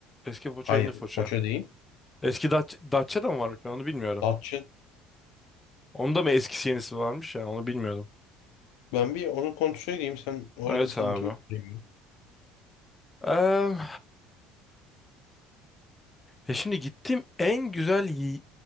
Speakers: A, on the left; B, on the left.
A: Eski Foça
B: Hayır,
A: yeni Foça.
B: Foça değil.
A: Eski Datça, Datça da mı varmış ben onu bilmiyorum.
B: Datça.
A: Onda mı eskisi yenisi varmış ya onu bilmiyordum.
B: Ben bir onu kontrol edeyim. Sen orada
A: Evet
B: seninkini
A: abi.
B: söyleyeyim.
A: Ee, ya şimdi gittiğim en güzel y-